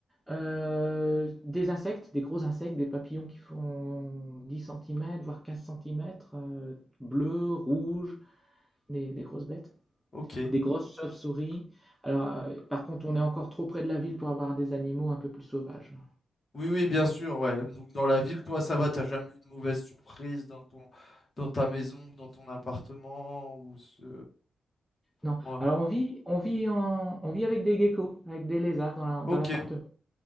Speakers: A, in the centre; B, on the left (about 25°).
A: Euh, des insectes, des gros insectes, des papillons qui font 10 centimètres voire 15 cm, bleus, rouges, des, des grosses bêtes,
B: ok.
A: des grosses chauves-souris. Alors, euh, par contre, on est encore trop près de la ville pour avoir des animaux un peu plus sauvages.
B: Oui, oui, bien sûr, ouais. Donc dans la ville, toi, ça va, t'as jamais eu de mauvaise surprise dans ton... dans ta maison, dans ton appartement ou ce...
A: Non.
B: Ouais.
A: Alors, on vit, on vit en- on vit avec des geckos, avec des lézards dans la-
B: Ok.
A: dans l'appartement.